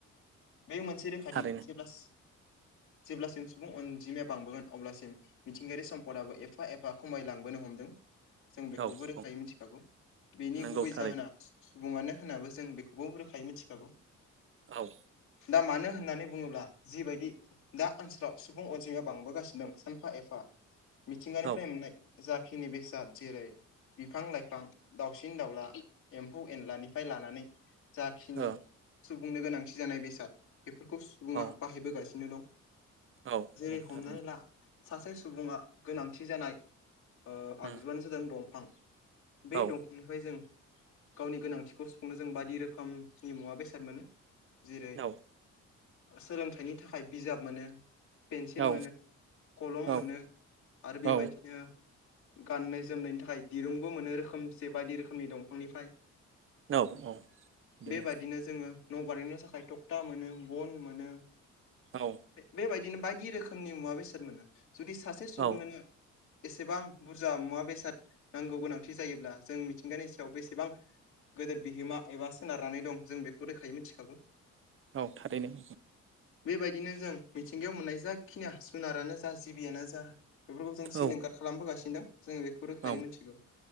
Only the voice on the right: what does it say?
थारैनो
औ
औ
नंगौ
थारैनो
आव
औ
ओ
औ
औ
औ
थारैनो
उम
औ
औ
औ
औ
औ
औ औ बिदिनो
औ
औ
औ थारैनो।
औ
औ